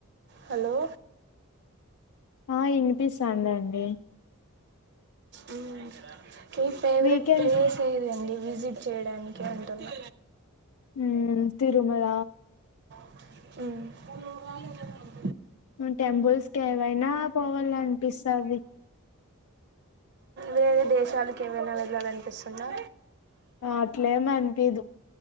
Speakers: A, on the right; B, on the left.
A: హలో
B: ఆ ఇనిపిస్తాదండి
A: ఆ మీ ఫేవరెట్
B: వీకెండ్స్
A: ప్లేస్ ఏదండి విజిట్ చేయడానికి అంటుంది
B: ఉ తిరుమళ
A: ఉ
B: టెంపుల్స్ కేవైనా పోవాలనిపిస్తది
A: వేరే దేశాలకు ఏమైనా వెళ్ళాలనిపిస్తుందా
B: అట్లేం అనిపిదు